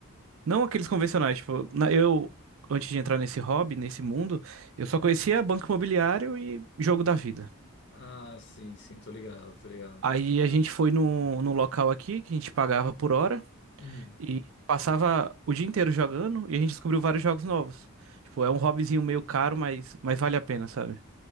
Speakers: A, on the right (about 65°); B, on the left (about 50°).
A: Não aqueles convencionais, tipo, na- eu, antes de entrar nesse hobby, nesse mundo, eu só
B: Hum,
A: conhecia banco imobiliário e jogo da vida.
B: Ah, sim, sim, tô ligado, tô ligado.
A: Aí a gente foi num num local aqui que a gente pagava por hora
B: hum.
A: e passava o dia inteiro jogando e a gente descobriu vários jogos novos. Tipo, é um hobbyzinho meio caro, mas, mas vale a pena, sabe?